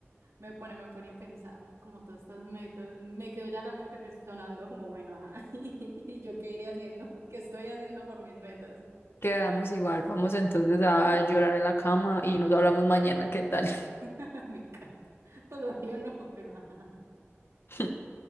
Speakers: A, on the right; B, on the left.
A: Me pone, me pone a pensar como todas estas metas. Me quedó ya la mente pues, sonando como, bueno, ajá, <laughs> ¿y yo qué iré haciendo? ¿Qué estoy haciendo por mis metas?
B: Quedamos igual. Vamos entonces a llorar en la cama y nos hablamos mañana. ¿Qué tal?
A: <laughs> Me encanta. Pues obvio no, pero ajá.
B: <laughs>